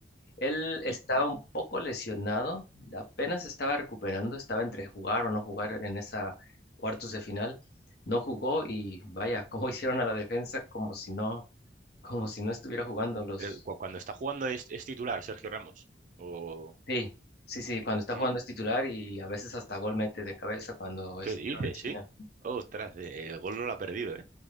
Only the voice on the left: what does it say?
Él estaba
un poco lesionado, apenas estaba recuperando, estaba entre jugar o no jugar en esa cuartos de final. No jugó y vaya, <laughs> cómo hicieron a la defensa como si no, como si no estuviera jugando los.
Sí, sí, sí, cuando está
jugando es titular y a veces hasta gol mete de cabeza cuando es
tiro de esquina.